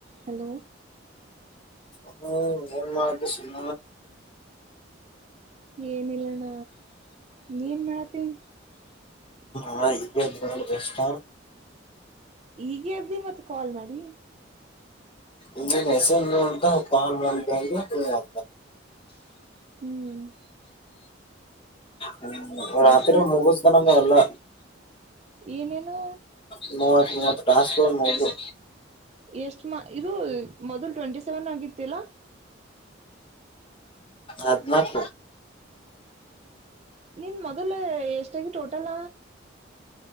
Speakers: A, on the right; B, on the left.
A: Hello
B: ಹ್ಮ ಏನ್ಮ್ ಅಂತ ಸಣ
A: ಏನಿಲ್ಲಣ್ಣ ನೀಮಾಡತೀ
B: ಹ ಈಗ ಬೆಷ್ಟ
A: ಈಗ ಎದ್ದಿ ಮತ್ ಕಾಲ್ ಮಾಡಿ
B: ಇ ವಸ ಆಂತ ಪ ಮಾಡ ಆ
A: ಹ್ಮ್
B: ಹ್ಮ
A: ನಾಷ್ಟ
B: ರಾತ್ರಿ
A: ಅಣ್ಣ
B: ಮುಗುಸ್ಕೊಳ್ಳೋದೇ ಇಲ್ಲ
A: ಏನೇನು
B: ಹ ಮ ಇವತ್ತು ಟಾಸ್ಕ್ ಏನ್ ಮುಗುದ್ವು
A: ಎಷ್ಟ ಮಾ ಇದು ಮೊದಲು ಟ್ವೆಂಟಿ ಸೆವೆನ್ ಆಗಿತ್ತಿಲ್ಲಾ
B: ಆದ್ ನತ
A: ನೀನ್ ಮೊದಲ್ ಎಷ್ಟಾಗಿ ಟೋಟಲ